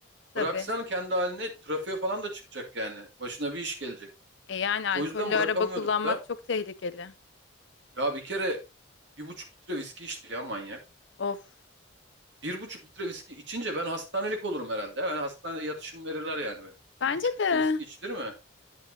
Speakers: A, on the left; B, on the right.
A: tabii.
B: Bıraksan kendi haline trafiğe falan da çıkacak yani. Başına bir iş gelecek.
A: E yani alkollü
B: O yüzden bırakamıyorduk
A: araba kullanmak
B: da.
A: çok tehlikeli.
B: Ya bir kere bir buçuk litre viski içti ya manyak.
A: Of.
B: Bir buçuk litre viski içince ben hastanelik olurum herhalde. Ben hastane yatışım verirler yani benim.
A: Bence
B: Bir buçuk
A: de.
B: litre viski içilir mi?